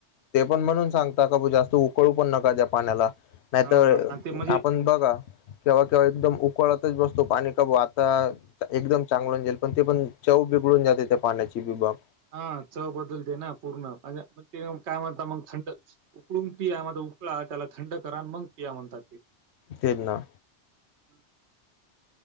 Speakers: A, on the left (about 70°); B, on the right (about 75°).
A: ते पण म्हणून
B: हम्म.
A: सांगता का बू जास्त उकळू पण नका त्या पाण्याला नाहीतर
B: हा आणि ते म्हणजे
A: आपण बघा केव्हा केव्हा एकदम कळातच बसतो पाणी काबू आता एकदम चांगलं जाईल पण ते पण चव बिघडून जाते त्या पाण्याची बि बाब
B: हा चव बदलते ना पूर्ण ते काय म्हणता मग थंड उकळून पिया म चकला त्याला थंड करा मग पिया म्हणतात ते
A: तेल ना
B: हम्